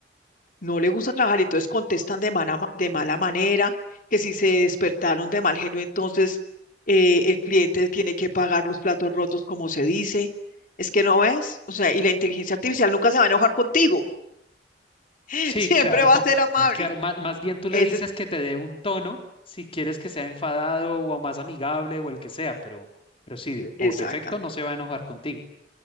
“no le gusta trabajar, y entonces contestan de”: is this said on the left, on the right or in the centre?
Left